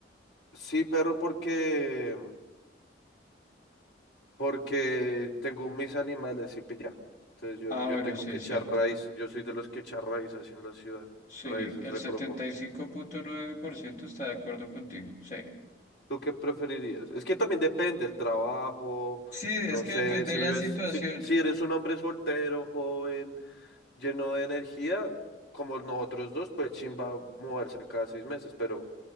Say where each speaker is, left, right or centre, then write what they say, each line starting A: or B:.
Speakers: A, on the left; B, on the left.
A: sí, perro, porque... Porque tengo mis animales y pues ya. Entonces yo,
B: Ah,
A: yo
B: bueno,
A: tengo
B: sí
A: que
B: es
A: echar
B: cierto.
A: raíz. Yo soy de los que echar raíz así en la ciudad.
B: Sí,
A: Raíces
B: el
A: re
B: setenta
A: profundas.
B: y cinco punto nueve por ciento está de acuerdo contigo. Sí.
A: ¿Tú qué preferirías? Es que también depende el trabajo,
B: Sí, es
A: no
B: que
A: sé,
B: depende
A: si
B: de la
A: vives,
B: situación.
A: si, si eres un hombre soltero, joven, lleno de energía, como nosotros dos, pues chimba moverse cada seis meses, pero